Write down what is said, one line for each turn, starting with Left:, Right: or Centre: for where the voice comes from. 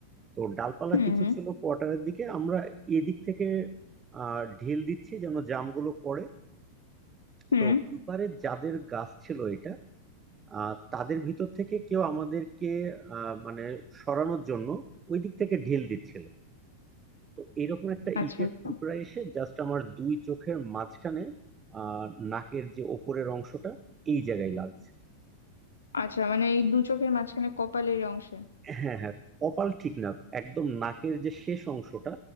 Right: তো ডালপালা
Left: হুম
Right: কিছু
Left: হুম
Right: ছিল কোয়ার্টারের দিকে আমরা এদিক থেকে আহ, ঢিল দিচ্ছি যেন জামগুলো পড়ে
Left: হুম
Right: তো ওপারে যাদের গাছ ছিল এটা আহ, তাদের ভিতর থেকে কেউ আমাদেরকে আহ, মানে সরানোর জন্য ওই দিক থেকে ঢিল দিচ্ছিল তো এরকম একটা
Left: আচ্ছা
Right: ইটের
Left: আচ্ছা
Right: টুকরা এসে জাস্ট আমার দুই চোখের মাঝখানে আহ নাকের যে ওপরের অংশটা এই জায়গায় লাগছে
Left: আচ্ছা মানে এই দু চোখের মাঝখানে কপালের অংশে
Right: হ্যাঁ হ্যাঁ কপাল ঠিক না একদম নাকের যে শেষ অংশটা